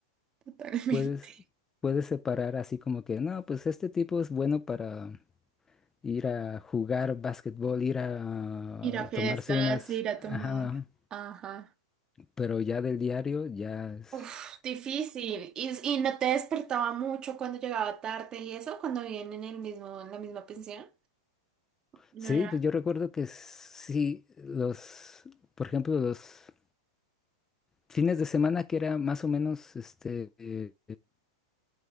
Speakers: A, on the right; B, on the left.
A: Totalmente.
B: Puedes, puedes separar así como que, no, pues este tipo es bueno para ir a jugar básquetbol, ir a
A: <laughs> Ir a fiestas,
B: tomarse unas,
A: ir a
B: ajá,
A: tomar.
B: ajá.
A: Ajá.
B: pero ya del diario, ya es...
A: Uf, difícil. ¿Y, y no te despertaba mucho cuando llegaba tarde y eso, cuando vivían en el mismo, en la misma pensión? No
B: Sí,
A: era.
B: pues yo recuerdo que sí, los, por ejemplo, los fines de semana que era más o menos, este, eh,